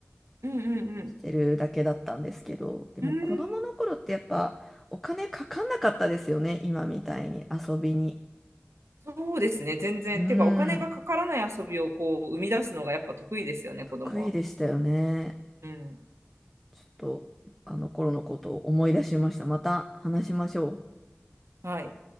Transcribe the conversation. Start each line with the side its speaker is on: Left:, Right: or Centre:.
Right: うんうんうん。
Centre: してるだけだったんですけど、でも子供の頃ってやっぱお金かかんなかったですよね。
Right: うーん、
Centre: 今みたいに遊びに。
Right: そうですね、全然。
Centre: うーん。
Right: てか、お金がかからない遊びをこう生み出すのがやっぱ得意ですよね、子供は。
Centre: 得意でしたよね。
Right: うん。
Centre: ちょっと、あの頃のことを思い出しました。また話しましょう。
Right: はい。